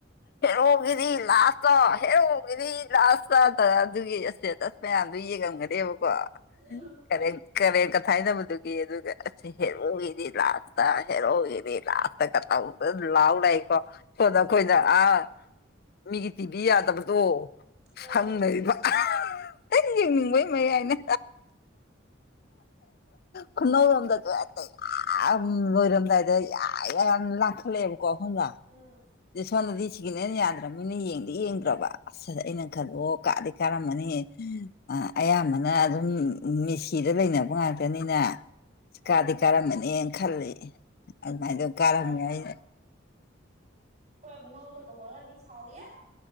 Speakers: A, on the left; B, on the right.
A: ꯍꯦꯔꯣꯒꯤꯗꯤ ꯂꯥꯁꯇ-ꯍꯦꯔꯣꯒꯤꯗꯤ ꯂꯥꯁꯇ ꯑꯗꯨꯒꯤ ꯏꯁꯇꯦꯇꯁ ꯃꯌꯥꯝ ꯑꯗꯨ ꯌꯦꯡꯉꯝꯒꯅꯦꯕꯀꯣ
B: ꯎꯝ
A: ꯀꯔꯤꯝ ꯀꯔꯦꯝ-ꯀꯊꯥꯏꯗꯕꯗꯨꯒꯤ ꯑꯗꯨꯒ ꯑꯥꯁ ꯍꯦꯔꯣꯒꯤꯗꯤ ꯂꯥꯁꯇ ꯍꯦꯔꯣꯒꯤꯗꯤ ꯂꯥꯁ ꯇꯧꯗꯅꯥ ꯂꯥꯎ ꯂꯩꯀꯣ ꯁꯣꯝꯗ ꯑꯩꯈꯣꯏꯅ ꯑꯥ ꯃꯤꯒꯤ ꯇꯤꯚꯤ ꯌꯥꯗꯕꯗꯣ
B: ꯎꯝ
A: ꯁꯪꯂꯩꯔꯤꯕ ꯇꯪ ꯌꯦꯡꯅꯤꯡꯕꯩ ꯃꯌꯥꯏꯅ ꯈꯨꯅꯧꯔꯣꯝꯗꯖꯨ ꯍꯦꯛꯇ ꯌꯥꯝ ꯂꯣꯏꯔꯝꯗꯥꯏꯗ ꯌꯥ ꯌꯥ ꯌꯥꯝ ꯂꯥꯡ ꯈꯠꯂꯛ ꯑꯦꯕ INAUDIBLE
B: ꯎꯝ
A: ꯁꯣꯟꯗꯗꯤ ꯁꯤꯒꯤꯅꯦꯜ ꯌꯥꯗ꯭ꯔꯕꯅꯤꯅ ꯌꯦꯡꯗꯤ ꯌꯦꯡꯗ꯭ꯔꯕ ꯑꯥꯁ ꯑꯩꯅ ꯈꯟꯂꯦ ꯑꯣ ꯀꯥꯗꯤ- ꯀꯥꯔꯝꯃꯅꯤꯍꯦ ꯑꯌꯥꯝꯕꯅ ꯑꯗꯨꯝ ꯃꯦꯁꯤꯗ ꯂꯩꯅꯕ ꯉꯥꯛꯇꯅꯤꯅ
B: ꯑꯥ
A: ꯀꯥꯗꯤ ꯀꯥꯔꯝꯃꯅꯤꯍꯦ ꯈꯜꯂꯤ ꯑꯗꯨꯃꯥꯏꯗꯧ ꯀꯥꯔꯝꯃꯦ
B: ꯇꯥꯔꯦ
A: ꯑꯩ
B: ꯑꯈꯣꯏ ꯏꯕꯨꯡꯉꯣꯗꯨꯒ ꯗꯨꯡꯕꯒꯗꯤ ꯁꯥꯎꯔꯤꯑꯦ